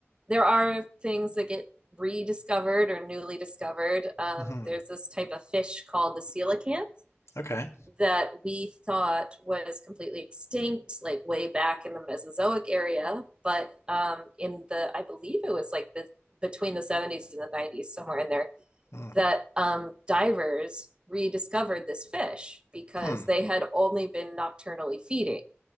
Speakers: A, on the right (about 20°); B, on the left (about 80°).
A: there are things that get rediscovered or newly discovered. Um,
B: hmm
A: there's this type of fish called the coelacanth
B: Okay.
A: that we thought was completely extinct, like way back in the Mesozoic area. But um, in the, I believe it was like the between the 70s and the 90s, somewhere in there,
B: Mm.
A: that um, divers rediscovered this fish because
B: Hmm.
A: they had only been nocturnally feeding